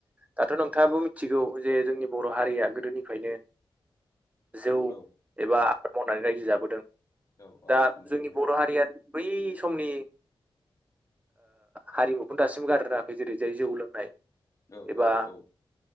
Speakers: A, on the right; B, on the left.
A: दाथ' नोंथांङाबो मिथिगौ जे जोंनि बर' हारिया गोदोनिफ्रायनो जौ
B: औ
A: एबा आबाद मावनानै रायजो जाबोदों
B: औ औ
A: दा
B: नंगौ
A: जोंनि
B: नोंथां
A: बर' हारिया बै समनि हारिमुखौनो दासिम गाररोंङाखै जेरै जाय जौ लोंनाय‌।
B: औ
A: एबा
B: औ औ